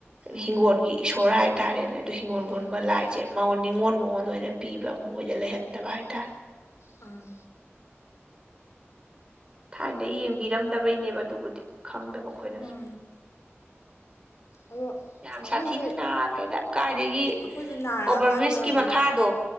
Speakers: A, on the left; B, on the right.
A: ꯎꯝ
B: ꯍꯤꯡꯒꯣꯜꯒꯤ ꯏꯁꯣꯔ ꯍꯥꯏꯇꯥꯔꯦꯅꯦ ꯑꯗꯨ ꯍꯤꯡꯒꯣꯜ ꯀꯣꯟꯕ
A: ꯎꯝ ꯎꯝ
B: ꯂꯥꯏꯁꯦ ꯃꯉꯣꯟ ꯅꯤꯉꯣꯟꯜ ꯃꯉꯣꯟꯗ ꯑꯣꯏꯅ ꯄꯤꯕ ꯑꯃꯣꯏꯗ ꯂꯩꯍꯟꯗꯕ ꯍꯥꯏꯇꯥꯔꯦ
A: ꯑꯥ
B: ꯊꯥꯏꯅꯗꯩ ꯌꯦꯡꯕꯤꯔꯝꯗꯕꯩꯅꯦꯕ ꯑꯗꯨꯕꯨꯗꯤ ꯈꯪꯗꯕ ꯑꯩꯈꯣꯏꯅꯁꯨ
A: ꯎꯝ ꯑꯗꯣ
B: ꯌꯥꯝ
A: ꯑꯩꯈꯣꯏꯁꯨ
B: ꯁꯥꯊꯤꯅ ꯅꯥꯈ꯭ꯔꯦꯗ ꯀꯥꯏꯗꯒꯤ
A: ꯑꯩꯈꯣꯏꯁꯨ ꯅꯥꯔꯛꯑꯀꯥꯟꯗ
B: ꯑꯣꯚꯔ ꯕ꯭ꯔꯤꯖꯀꯤ
A: ꯑꯗꯨꯝ
B: ꯃꯈꯥꯗꯣ